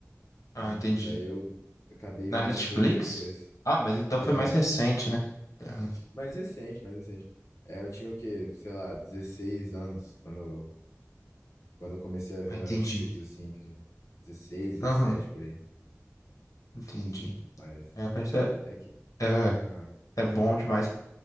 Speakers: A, on the left (about 90°); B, on the left (about 65°).
A: Ah,
B: Hum,
A: entendi.
B: daí eu acabei
A: Na
B: vendo
A: Netflix?
B: um pouco depois.
A: Ah, mas então foi
B: É,
A: mais recente, né? Aham.
B: mais recente, mais recente. É, eu tinha o quê? Sei lá, 16 anos quando Quando eu comecei a ver
A: Ah, entendi.
B: na Netflix, assim, que dezesseis dezessete
A: Aham,
B: por aí.
A: entendi.
B: Mas
A: É, mas é,
B: é que.
A: é,
B: Ah,
A: é bom demais.